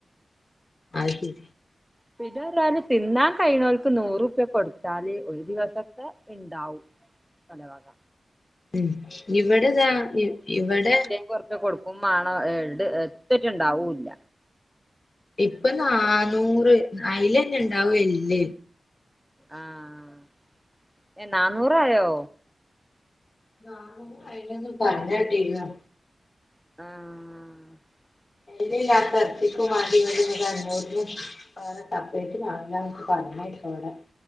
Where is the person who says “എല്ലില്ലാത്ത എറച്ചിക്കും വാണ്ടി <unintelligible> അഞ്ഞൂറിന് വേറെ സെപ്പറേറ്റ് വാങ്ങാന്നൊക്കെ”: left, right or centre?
Left